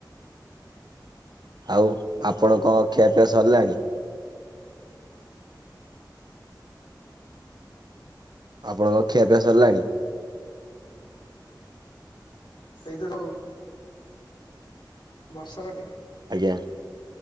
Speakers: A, on the right; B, on the left.
A: ଆଉ ଆପଣଙ୍କ ଖିଆପିଆ ସରିଲାଣି? ଆପଣଙ୍କ ଖିଆପିଆ ସରିଲାଣି?
B: ସେଇତ ଯୋଉ ବର୍ଷର ଟି
A: ଆଜ୍ଞା।